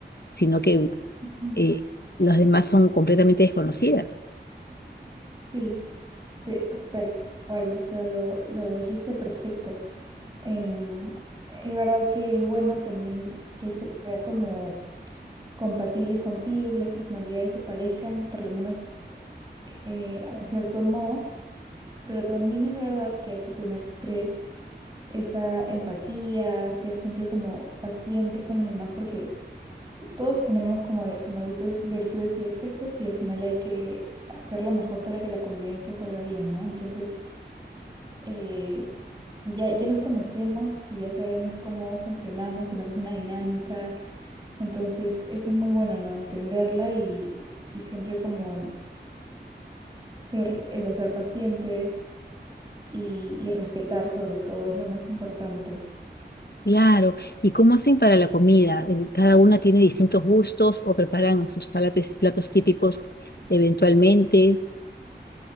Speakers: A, on the left; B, on the right.
A: sino que
B: ujú,
A: eh, las demás son completamente desconocidas.
B: sí, te- tal cual, o sea, lo, lo dijiste perfecto. Em, es verdad que es bueno también que sean como compatibles contigo, que las personalidades se parezcan, por lo menos eh, en cierto modo Pero también es verdad que hay que tener siempre esa empatía, ser siempre como pacientes con los demás, porque todos tenemos, como, de- como dices, virtudes y defectos y al final hay que hacer lo mejor para que la convivencia salga bien, ¿no? Entonces, eh, ya, ya nos conocemos y ya sabemos cómo funcionamos, tenemos una dinámica, entonces eso es muy bueno, ¿no? Entenderla y, y siempre como ser, eso, ser paciente y, y respetar sobre todo es lo más importante.
A: Claro, ¿y cómo hacen para la comida? Eh, ¿Cada una tiene distintos gustos o preparan sus palates- platos típicos eventualmente?